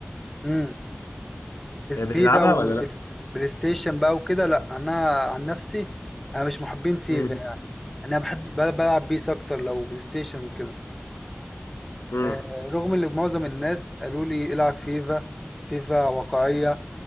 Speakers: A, in the centre; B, on the left.
A: إمم.
B: آه، بتلعبها
A: فيفا وبلاي
B: ولا لا
A: ستيشن بقى وكده لا انا عن نفسي انا مش محبين فيفا
B: امم
A: يعني انا بحب ب- بلعب بيس اكتر لو بلاي ستيشن وكده
B: امم
A: آه، رغم ان معظم الناس قالوا لي العب فيفا فيفا واقعية